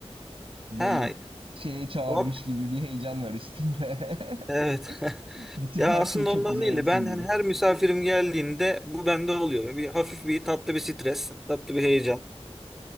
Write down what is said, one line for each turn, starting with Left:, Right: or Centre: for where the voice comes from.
Right: böyle
Centre: Ha.
Right: şeye çağırmış
Centre: Bak.
Right: gibi bir heyecan var üstünde.
Centre: Evet. <laughs>
Right: <laughs> Bütün
Centre: Ya
Right: her
Centre: aslında
Right: şey çok
Centre: ondan
Right: güzel
Centre: değil
Right: olsun
Centre: de ben hani
Right: diye.
Centre: her misafirim geldiğinde bu bende oluyor. Bir hafif bir tatlı bir stres, tatlı bir heyecan.